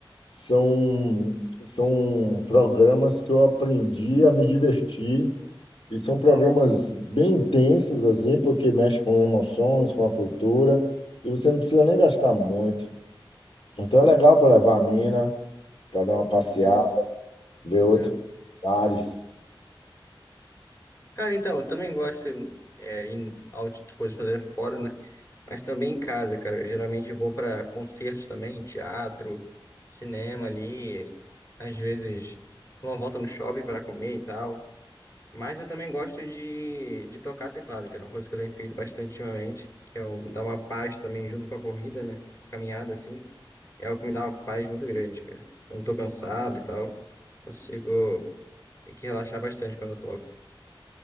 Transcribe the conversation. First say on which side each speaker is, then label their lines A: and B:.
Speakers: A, on the left; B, on the left.
A: São, são programas que eu aprendi a me divertir e são programas bem intensos, assim, porque mexe com emoções, com a cultura, e você não precisa nem gastar muito. Então é legal para levar a mina, para dar uma passeada,
B: Isso.
A: ver outros
B: É.
A: lugares.
B: Cara, então, eu também gosto é, em out- coisas pra fazer fora, né? Mas também em casa, cara. Eu geralmente vou pra concertos também, teatro, cinema ali. Às vezes, uma volta no shopping pra comer e tal. Mas eu também gosto de, de tocar teclado, que é uma coisa que eu tenho feito bastante ultimamente, que é o- dar uma paz também junto com a corrida, né? Caminhada, assim. É o que me dá uma paz muito grande, cara. Eu não tô cansado e tal. Consigo. Tem que relaxar bastante quando eu toco.